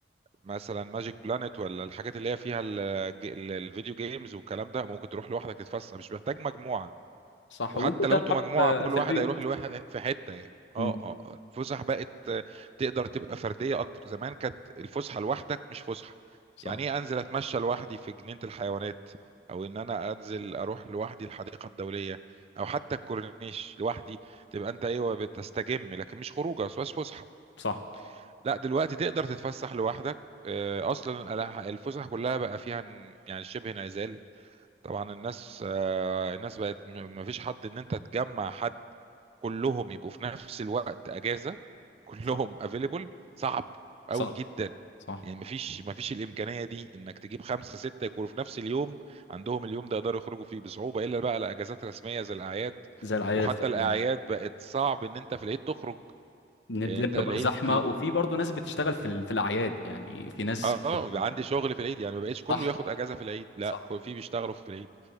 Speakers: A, on the right; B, on the left.
A: مثلا ماجيك بلانت ولا الحاجات اللي هي فيها ال- ال- الفيديو جيمز والكلام ده ممكن تروح لوحدك تتفسح مش محتاج مجموعة
B: صح
A: وحتى
B: وممكن تلعب
A: لو انتوا مجموعة
B: آه،
A: كل
B: في
A: واحد
B: البيت
A: هيروح لواحد في حتة يعني اه
B: مم.
A: اه آه. الفسح بقت آه، تقدر تبقى فردية اكتر زمان كانت الفسحة لوحدك مش فسحة
B: صح
A: يعني ايه انزل اتمشى لوحدي في جنينة الحيوانات او ان انا انزل اروح لوحدي الحديقة الدولية او حتى الكورنيش لوحدي تبقى انت ايوه بتستجم لكن مش خروجه بس فسحة
B: صح
A: لا دلوقتي تقدر تتفسح لوحدك آه، اصلا الح- الفسح كلها بقى فيها ن- يعني شبه انعزال طبعا الناس آه، الناس بقت م- مفيش حد ان انت تجمع حد كلهم يبقوا في نفس الوقت اجازه كلهم
B: صح
A: افيلبل صعب قوي
B: صح
A: جدا
B: صح
A: يعني مفيش مفيش الامكانيه دي انك تجيب خمسه سته يكونوا في نفس اليوم عندهم اليوم ده يقدروا يخرجوا فيه بصعوبه الا بقى لاجازات رسميه زي الاعياد
B: زي الأعياد
A: وحتى
B: صح
A: الاعياد
B: أيوة.
A: بقت صعب ان انت في العيد تخرج
B: النت
A: يعني
B: دي
A: انت
B: بتبقى
A: العيد
B: زحمة وفي برضه ناس بتشتغل في ال- في الأعياد يعني في ناس
A: اه
B: بتبقى
A: بيبقى عندي شغل في العيد يعني ما بقتش كله
B: صح
A: ياخد اجازه في العيد لا
B: صح
A: كل- في بيشتغلوا في العيد